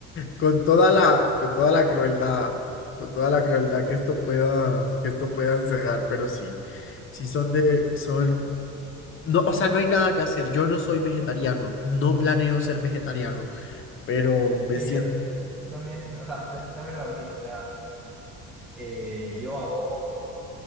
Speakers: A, on the left (about 40°); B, in the centre.
A: Con toda la, con toda la crueldad, con toda la crueldad que esto pueda, que esto pueda encerrar, pero sí, sí son de, son no, o sea, no hay nada que hacer. Yo no soy vegetariano, no planeo ser vegetariano, pero me
B: Sí,
A: siento
B: yo también, o sea, también lo admito, o sea, eh, yo abogo por